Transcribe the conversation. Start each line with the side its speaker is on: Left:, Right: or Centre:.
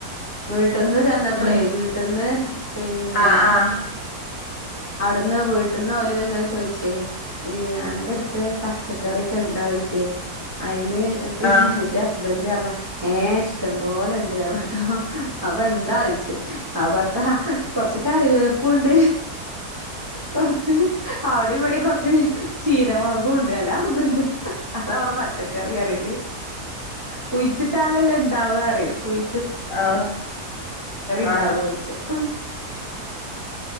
Right: വീ ട്ട്ന്ന് ചെന്നപ്പളേ
Left: ഉം
Right: വീട്ട്ന്ന് പിന്നെ
Left: ആഹ് ആഹ്
Right: അടുന്ന് വീട്ട്ന്ന് ഓല് ങ്ങനെ ചോയ്ച്ചേ ഈ അൻ ന്റെട്ത്ത് കറിക്കെ ണ്ടോയ്ച്ചേ അയ് അയ്ല്
Left: ആഹ്
Right: പിന്നെ ന്റെ ഹസ് ഹസ്ബൻഡ് പറഞ്ഞ് ഏ ഇഷ്ടം പോലെ ണ്ട് പറഞ്ഞട്ടോ അപ്പൊ ന്താന്ന് ചോദിച്ച് അപ്പഎന്താ കൊറച്ച് കറിവേപ്പുണ്ട് കൊറച്ച് അവിടെ ഇവിടെ കുറച്ച് ചീര ഉണ്ട് അല്ലാതെ ഒന്നുമില്ല അതാ അവള് പച്ചക്കറിഅറിയണ്ട് കുഴിച്ചിട്ടാലല്ലേ ണ്ടാപറയും കുഴി
Left: ആ
Right: ഉണ്ടാവുക
Left: ആ
Right: ചോയിച്ചു